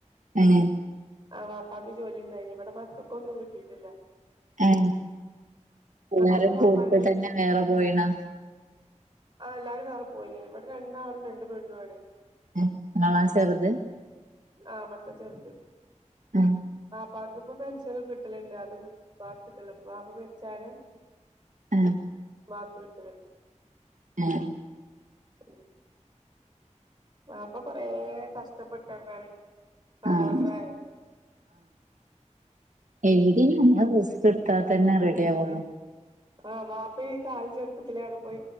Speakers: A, on the right; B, on the right.
A: ങേ
B: അ വാപ്പാക് ജോലിണ്ടേനി ഇവിടെ മക്കക്കാന്നും കിട്ടീട്ടില്ല
A: ങേ എല്ലാരും
B: ഇപ്പോ വാപ്പാന്റെ
A: കുടത്ത് തന്നെ വേറെ പൊയിനാ
B: ആ എല്ലാരും വേറെ പോയീണ് ഇവിടെ രണ്ടാനും രണ്ട് പെണ്ണും ആണ്
A: ങേ ങ്ങളാ ചെറുത്
B: ആ ഇവിടെത്ത ചെറുത്
A: ആഹ്
B: ആ ഇപ്പാക്പ്പം പെൻഷനൊക്കെ കിട്ടലെണ്ട് അതും ഇപ്പകിട്ടാലും വാപ്പമരിച്ചാരെ
A: ങേ
B: മ്മാക് കിട്ടലെണ്ട്
A: ങേ
B: ഉം വാപ്പ കൊറേ. കസ്റ്റപ്പെട്ടണ്ട ണ് കമോൺട്രയിന്ന്
A: ആഹ് എല്ലിങ്കിൽ ഇമ്മ റെസ്റ്റ് എടുത്തെങ്കിലും റെഡി ആവുള്ളു
B: ആ വാപ്പേ ഈ കാല ചെറുപ്പത്തിലേ അവ്ടെ പോയി